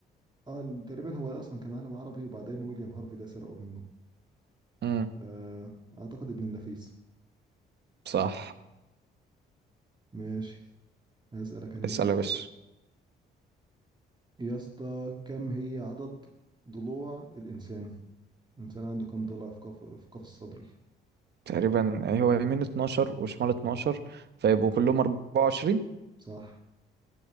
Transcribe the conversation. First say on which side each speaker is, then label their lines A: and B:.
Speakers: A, on the right (about 20°); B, on the right (about 55°).
A: آه، تقريبا هو ده اصلا كان عالم عربي وبعدين ويليام هارفي ده سرقه منه
B: امم
A: آه اعتقد ابن النفيس
B: صح
A: ماشي هسألك انا
B: اسأل
A: سؤال
B: يا باشا
A: يا اسطى كم هي عدد ضلوع الانسان الانسان عنده كم ضلع في قف في قفص صدري
B: تقريبا أي هو يمين 12 وشمال 12 فيبقوا كلهم 24
A: صح